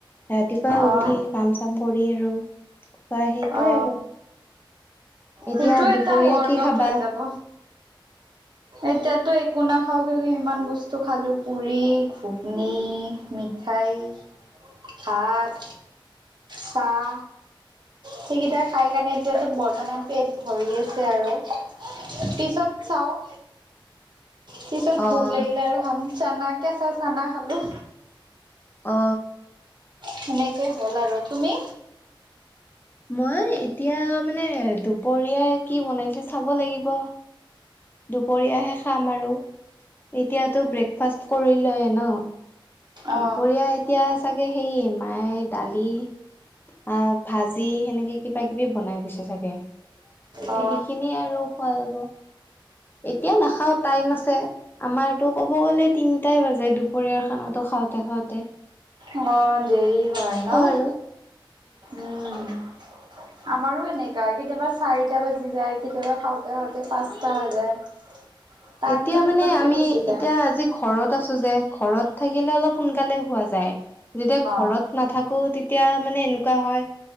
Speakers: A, on the left; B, on the right.
A: ৰাতিপুৱা
B: অ
A: উঠি কাম-চাম কৰি আৰু খোৱা, সেইটোয়ে
B: অ
A: আৰু এতিয়া
B: সেইটো
A: দুপৰীয়া
B: এটা ৱৰ্কআউট
A: কি খাবা?
B: হৈ যাব এতিয়াতো একো নাখাও, ক্য়ুকি ইমান বস্তু খালো পুৰি, ঘুগ্নি, মিঠাই। ভাত, চাহ, সেইকেইটা খাই কাণে এতিয়াতো বৰ্তমান পেট ভৰি আছে আৰু। পিছত চাওঁ পিছত
A: অ',
B: ভোক লাগিলে আৰু খাম। চানা-কেঁচা চানা খালো।
A: অ
B: সেনেকেই হ'ল আৰু, তুমি?
A: মই এতিয়া মানে দুপৰীয়া কি বনাইছে চাব লাগি ব দুপৰীয়াহে খাম আৰু এতিয়াতো ব্ৰেকফাষ্ট কৰিলয়ে ন অ
B: অ
A: দুপৰীয়া এতিয়া চাগে সেইয়ে মায়ে দালি, আ ভাজি, সেনেকে কিবা কিবি বনাই গৈছে চাগে।
B: অ
A: সেইখিনিয়ে আৰু খোৱা যাব। এতিয়া নাখাও টাইম আছে, আমাৰতো কব গলে তিনিটাই বাজে দুপৰীয়াৰ টো খাওঁতে-খাওঁতে।
B: অ', দেৰি হয় ন।
A: আৰু
B: উম। আমাৰো এনেকা, কেতিয়াবা চাৰিটা বাজি যায় কেতিয়াবা খাওঁতে-খাওঁতে পাঁচটা হৈ যায়। টাইমটো
A: এতিয়া
B: পুতুককে
A: মানে আমি,
B: গুচি যায়
A: এতিয়া আজি ঘৰত আছো যে ঘৰত থাকিলে অলপ সোনকালে হোৱা যায়। যেতিয়া ঘৰত
B: অ
A: নাথাকো, তেতিয়া মানে এনেকুৱা হয়